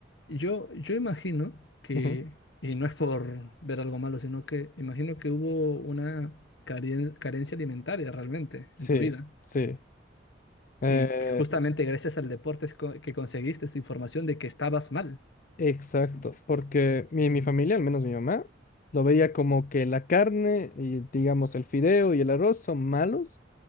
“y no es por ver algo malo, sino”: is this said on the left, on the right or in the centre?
Left